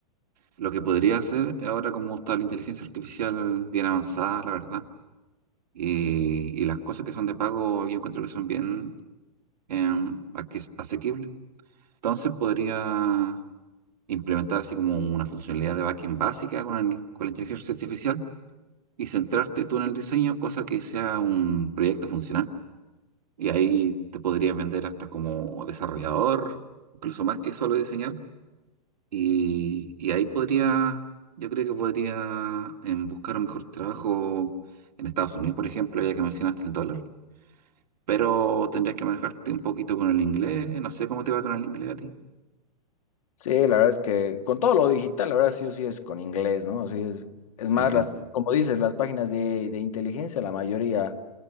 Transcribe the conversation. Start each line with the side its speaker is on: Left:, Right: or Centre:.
Right: Lo que podría hacer ahora como está la inteligencia artificial bien avanzada, la verdad, y, y las cosas que son de pago yo encuentro que son bien em, aque- asequibles. Entonces podría implementar así como una funcionalidad de backend básica con, el- con la inteligencia artificial y centrarte tú en el diseño, cosa que sea un proyecto funcional Y ahí te podrías vender hasta como desarrollador, incluso más que solo diseñador. Y, y ahí podría, yo creo que podría em, buscar un mejor trabajo en Estados Unidos, por ejemplo, ya que mencionaste el dólar. Pero tendrías que manejarte un poquito con el inglés. No sé cómo te va con el inglés a ti.
Left: Sí, la verdad es que con todo lo digital, la verdad sí o sí es con inglés, ¿no? Así es, es
Right: Sí,
Left: más,
Right: sí.
Left: las, como dices, las páginas de, de inteligencia, la mayoría,